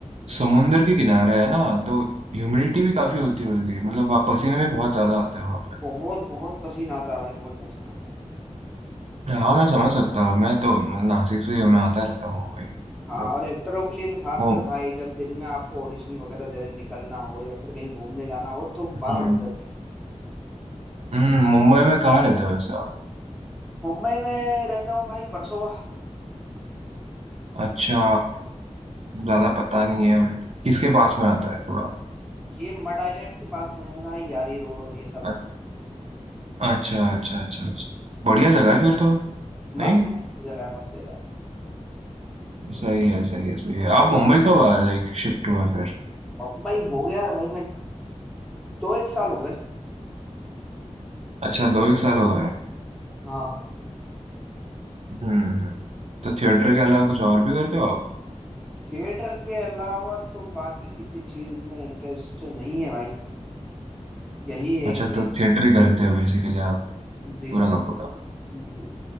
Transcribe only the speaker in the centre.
बहुत बहुत पसीना आता है भाई बहुत पसीना आता है
हाँ
और एक्टरों के लिए तो खासकर
भाई जब दिन में आपको ऑडिशन वगैरह देने निकलना हो या फिर कहीं घूमने जाना हो तो बारह
बज जाती है
मुंबई में रहता हूँ भाई वर्सोवा
ये मड आइलैंड के पास में है भाई यारी रोड और ये सब
मस्त मस्त जगह है मस्त जगह है
मुंबई हो गया यार भाई मैं दो एक साल हो गए
हाँ भाई
थिएटर के अलावा तो बाकी किसी चीज में इंटरेस्ट नहीं है भाई यही
एक है
जी
जी
जी जी।